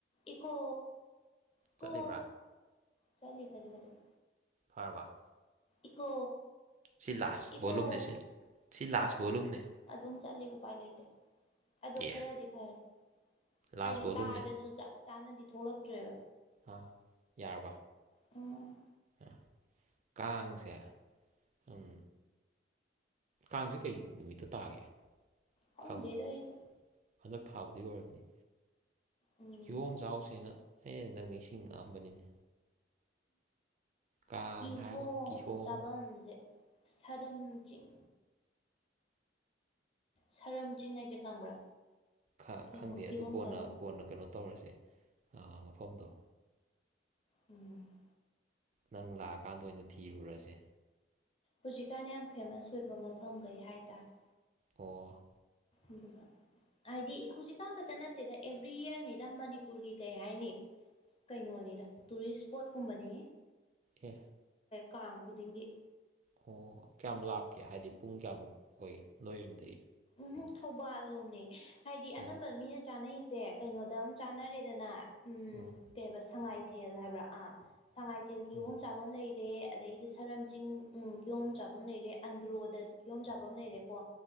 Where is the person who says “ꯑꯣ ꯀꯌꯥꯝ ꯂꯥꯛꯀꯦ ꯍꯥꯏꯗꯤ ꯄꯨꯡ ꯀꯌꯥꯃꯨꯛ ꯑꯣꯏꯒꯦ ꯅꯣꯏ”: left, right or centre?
Right